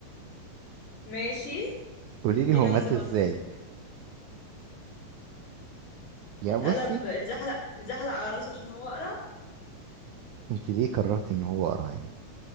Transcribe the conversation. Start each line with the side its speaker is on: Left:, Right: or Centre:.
Left: ماشي
Right: قولي لي
Left: ايه
Right: هو
Left: اللي
Right: مات
Left: حصل
Right: ازاي
Left: بعد كده
Right: يا
Left: اتقلب
Right: بصي
Left: اتزحلق اتزحلق على راسه عشان هو قرع
Right: انت ليه قررت ان هو قرعان